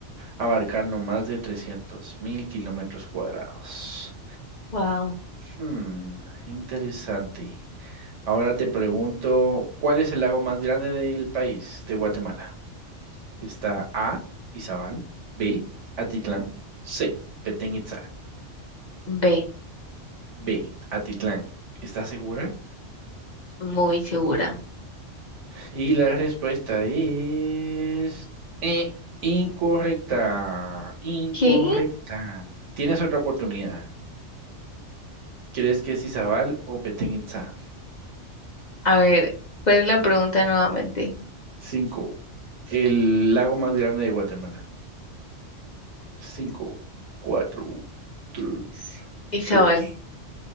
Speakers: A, on the right; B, on the left.
A: abarcando más de 300.000 kilómetros cuadrados.
B: Wow.
A: Hmm, interesante. Ahora te pregunto, ¿cuál es el lago más grande del país, de Guatemala? Está A, Izabal, B, Atitlán, C, Petén Itzá.
B: B.
A: B, Atitlán. ¿Estás segura?
B: Muy segura.
A: Y la respuesta es eh, incorrecta, incorrecta.
B: ¿Qué?
A: Tienes otra oportunidad. ¿Crees que es Izabal o Petén Itzá?
B: A ver, ¿cuál es la pregunta nuevamente?
A: Cinco. El lago más grande de Guatemala. Cinco, cuatro, tres,
B: Isabel.
A: dos.